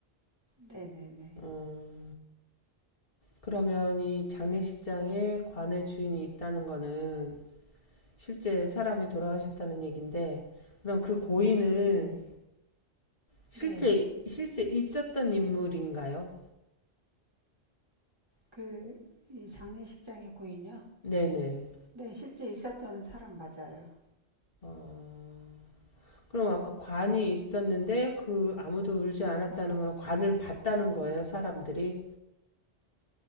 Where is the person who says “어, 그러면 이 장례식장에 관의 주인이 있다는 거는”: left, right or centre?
Left